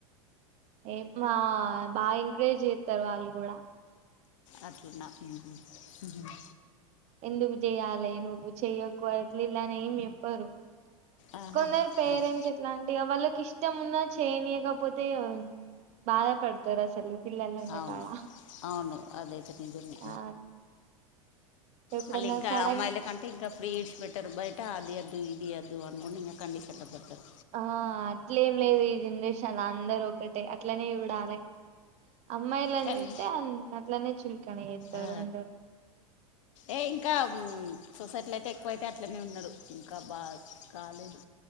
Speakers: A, on the right; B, on the left.
A: ఏం మా బాగా ఎంకరేజ్ చెత్తారు వాళ్ళు కూడా
B: అట్టన మ్మ్ హు మ్మ్ హు
A: ఎందుకు చెయాలి నువ్వు చెయ్యకు అట్ల ఇట్ల అనేం చెప్పరు
B: ఆహా
A: కొందరి పేరెంట్స్
B: మం-
A: ఇట్లాంటివి వాళ్ళకి ఇష్టం ఉన్నా చేయనీయకపోతే బాధపడతారు అసలు పిల్లలు ఉన్న
B: అవును
A: కాడ
B: అవును అదైతే నిజమే
A: ఆ ఎప్పుడన్నా
B: మళ్ళీ ఇంకా
A: సడన్
B: అమ్మాయిలే కన్ అంటే ఇంకా ఫ్రీ ఇడ్చి పెట్టరు బయట అది వద్దు ఇది యద్దు అనుకుంట ఇంగ కండిషన్లో పెడతారు
A: ఆ అట్లేం లేదు ఈ జనరేషన్ అందరు ఒకే టె అట్లనే చూడాలి అమ్మాయిలాని
B: కానీ
A: చూస్తే అ అట్లనే చులుపి కానీ ఎత్తర
B: ఆ,
A: అందరు
B: ఏ ఇంకా మ్మ్ సొసైటీలో అయితే ఎక్కువైతే అట్లనే ఉన్నారు ఇంకా బాగా కాలేదు